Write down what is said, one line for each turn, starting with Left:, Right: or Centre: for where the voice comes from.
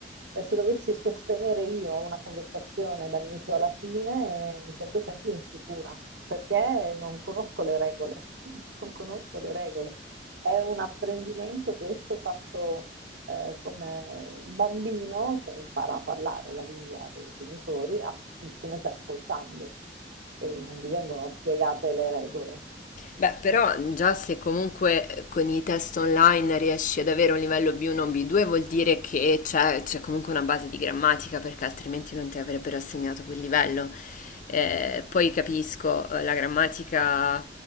Right: eh, se dovessi sostenere io una conversazione dall'inizio alla fine, eh, mi sento sempre insicura perché non conosco le regole, <laughs> non conosco le regole. È un apprendimento questo fatto eh, come un bambino che impara a parlare la lingua dei genitori as- semplicemente ascoltando e non gli vengono spiegate le regole.
Left: Beh, però già se comunque eh, con i test online riesci ad avere un livello B1 o B2 vuol dire che c'è, c'è comunque una base di grammatica perché altrimenti non ti avrebbero assegnato quel livello. Eh, poi capisco, eh, la grammatica